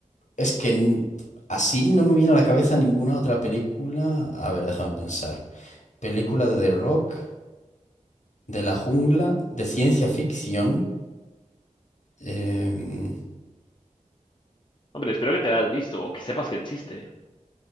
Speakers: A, on the left (about 60°); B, on the left (about 40°).
A: Es que n- así no me viene a la cabeza ninguna otra película. A ver, déjame pensar. Película de The Rock, de la jungla, de ciencia ficción. em,
B: Hombre, espero que te la hayas visto o que sepas que existe.